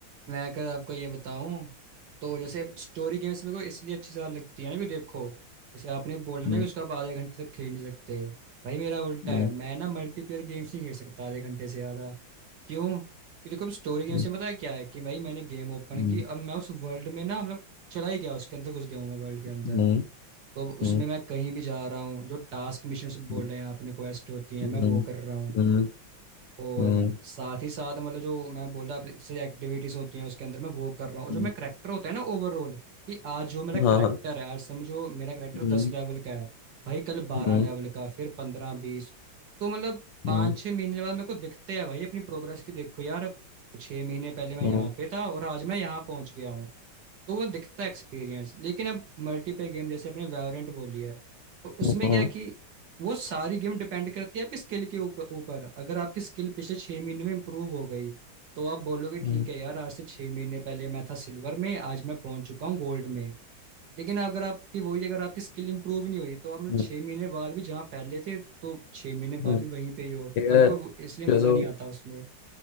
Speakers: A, on the right; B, on the left.
A: मैं अगर आपको ये बताऊं तो जैसे स्टोरी गेम्स मेरे को इसलिए अच्छी ज्यादा लगती है ना कि देखो जैसे आपने बोला
B: हम्म
A: ना कि उसको आप आधे घंटे तक खेल नहीं सकते भाई मेरा उल्टा
B: हम्म
A: है मैं ना मल्टीप्लेयर गेम्स नहीं खेल सकता आधे घंटे से ज़्यादा क्यों क्योंकि देखो स्टोरी गेम्स
B: हम्म
A: में पता है क्या है कि भाई मैंने गेम ओपन
B: हम्म
A: की अब मैं उस वर्ल्ड में ना मतलब चला ही गया उसके अंदर घुस गया हूँ मैं वर्ल्ड के
B: हम्म
A: अंदर
B: हम्म
A: तो उसमें
B: हम्म,
A: मैं कहीं भी जा रहा हूँ जो टास्क मिशन बोल
B: हम्म,
A: रहे हैं आपने क्वेस्ट होती है
B: हम्म
A: मैं वो कर रहा हूँ
B: हम्म
A: और
B: हम्म,
A: साथ ही साथ मतलब जो मैं बोल रहा हूँ से एक्टिविटीज होती हैं उसके अंदर मैं वो कर रहा हूँ और
B: हम्म,
A: जो मेरा करेक्टर होता है ना ओवरऑल कि आज जो मेरा करेक्टर
B: हाँ हाँ
A: है आज समझो मेरा करेक्टर दस
B: हम्म
A: लेवल का है भाई कल बारह
B: हम्म
A: लेवल का फिर पंद्रह बीस तो मतलब पाँच
B: हम्म
A: छः महीने बाद मेरे को दिखते हैं भाई अपनी प्रोग्रेस की देखो यार छः महीने पहले मैं
B: हम्म
A: यहाँ पे था और आज मैं यहाँ पहुँच गया हूँ तो वो दिखता है एक्सपीरियंस लेकिन अब मल्टीप्लेयर गेम जैसे अपने वेरिएंट बोली है तो उसमें
B: हम्म,
A: क्या है कि वो सारी गेम डिपेंड करती है आपकी स्किल के ऊपर ऊपर अगर आपकी स्किल पिछले छह महीने में इंप्रूव हो गई तो आप बोलोगे
B: हम्म,
A: ठीक है यार आज से छह महीने पहले मैं था सिल्वर में आज मैं पहुंच चुका हूँ गोल्ड में लेकिन अगर आपकी वही अगर आपकी स्किल इंप्रूव नहीं हुई तो आप मतलब
B: हम्म,
A: छह महीने बाद भी जहाँ पहले थे तो छह महीने
B: हम्म।
A: बाद भी वहीं पे ही हो
B: यार
A: तो मेरे को वो- इसलिए
B: चलो
A: मजा नहीं आता उसमें